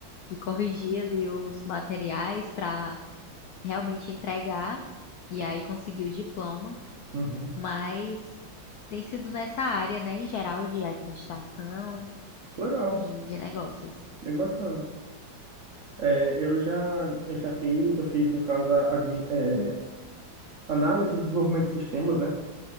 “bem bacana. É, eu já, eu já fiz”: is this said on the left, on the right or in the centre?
Right